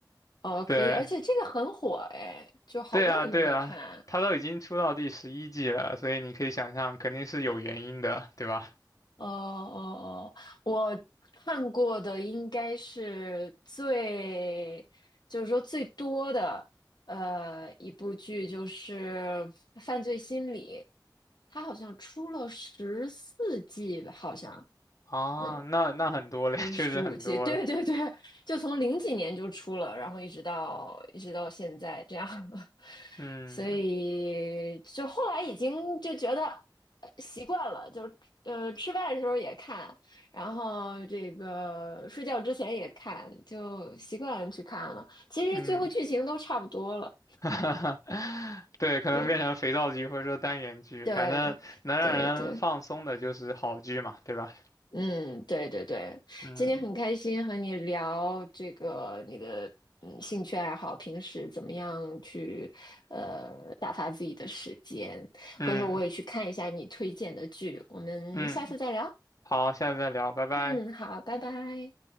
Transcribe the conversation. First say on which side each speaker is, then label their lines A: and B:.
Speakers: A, on the left; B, on the left.
A: 哦，
B: 对。
A: 可以，而且这个很火哎，就好多人都在看。
B: 对啊，对啊，他都已经出到第十一季了，所以你可以想象，肯定是有原因的，对吧？
A: 哦哦哦，我看过的应该是最，就是说最多的，呃，一部剧就是《犯罪心理》，它好像出了十四季吧，好像，
B: 啊，
A: 嗯
B: 那那很多嘞，
A: 还是十五季？
B: <laughs> 确实很多了。
A: <laughs> 对对对，就从零几年就出了，然后一直到一直到现在这样，<laughs>
B: 嗯
A: 所以就后来已经就觉得呃习惯了，就呃吃饭的时候也看，然后这个睡觉之前也看，就习惯去看了。其实最后剧情都差不多了，
B: 嗯，<laughs> 对，可能变成肥皂剧或者说单元剧，
A: 对对对对。
B: 反正能让人放松的就是好剧嘛，对吧？
A: 嗯，对对对，
B: 嗯
A: 今天很开心和你聊这个你的嗯兴趣爱好，平时怎么样去呃打发自己的时间。
B: 嗯
A: 回头我也去看一下你推荐的剧，我们下次再聊。
B: 嗯，好，下次再聊，拜拜。
A: 嗯，好，拜拜。